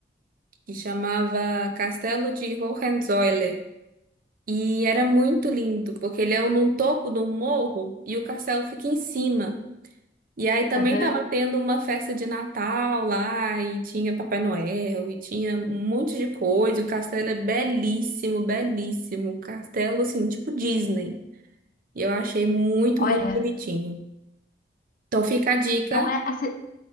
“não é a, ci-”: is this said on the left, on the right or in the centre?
Left